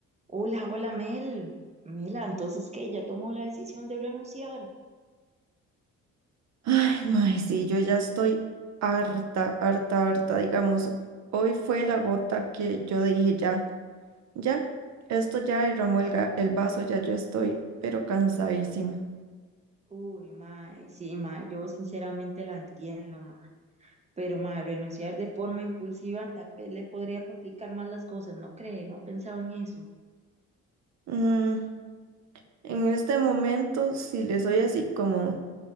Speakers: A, on the right; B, on the right.
A: Hola, hola Mel. Mela, entonces que ya tomó la decisión de renunciar.
B: Ay, mae, sí, yo ya estoy harta, harta, harta. Digamos, hoy fue la gota que yo dije ya, ya, esto ya derramó el, ga- el vaso, ya yo estoy, pero cansadísima.
A: Uy, mae, sí, mae, yo sinceramente la entiendo, mae. Pero mae, renunciar de forma impulsiva tal vez le podría complicar más las cosas, ¿no cree? No ha pensado en eso.
B: Mm, en este momento, si le soy así como